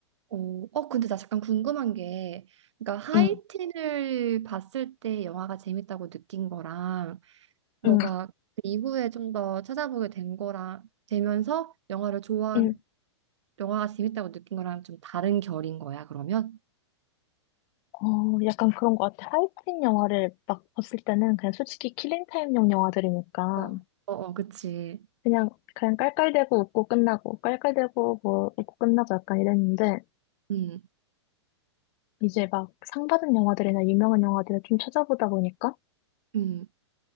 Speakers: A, on the right (about 75°); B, on the left (about 40°).
A: 오, 어, 근데 나 잠깐 궁금한 게, 그러니까 하이틴을
B: 응,
A: 봤을 때 영화가 재밌다고 느낀 거랑, 너가
B: 응,
A: 그 이후에 좀 더 찾아보게 된 거랑, 되면서 영화를 좋아,
B: 응.
A: 영화가 재밌다고 느낀 거랑 좀 다른 결인 거야, 그러면?
B: 어, 약간 그런 것 같아. 하이틴 영화를 막 봤을 때는 그냥 솔직히 킬링타임용 영화들이니까
A: 어, 어, 어, 그치.
B: 그냥, 그냥 깔깔대고 웃고 끝나고, 깔깔대고 뭐 웃고 끝나고 약간 이랬는데,
A: 음,
B: 이제 막 상 받은 영화들이나 유명한 영화들을 좀 찾아보다 보니까
A: 음.